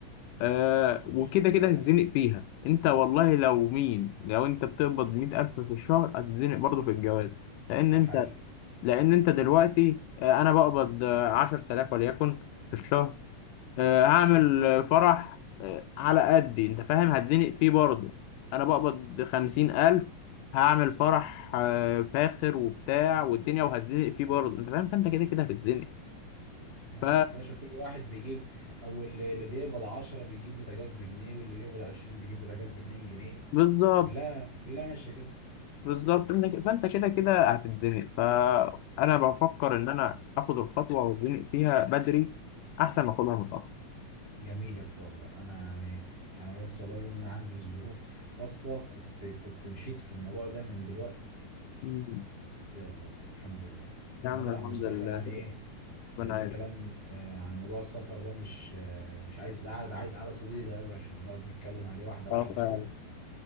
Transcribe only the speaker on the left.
آه وكده
كده
هتتزنق
فيها انت والله لو مين لو انت بتقبض 100000 في الشهر هتتزنق برضه في الجواز لان
انت
لان انت دلوقتي آه انا بقبض آه، 10000 وليكن في الشهر آه، هعمل آه، فرح آه، على قدي انت فاهم هتزنق فيه برضه انا بقبض خمسين الف هعمل فرح آه، فاخر وبتاع والدنيا وهتزنق فيه برضه انت فاهم فانت كده كده هتتزنق
ف
بالظبط
بالظبط انت ك- فانت كده كده هتتزنق فانا بفكر ان انا اخد الخطوه واتزنق فيها بدري احسن ما اخدها متاخر
مم.
يا
عم الحمد
لله
ربنا
يعينك.
اه
فعلا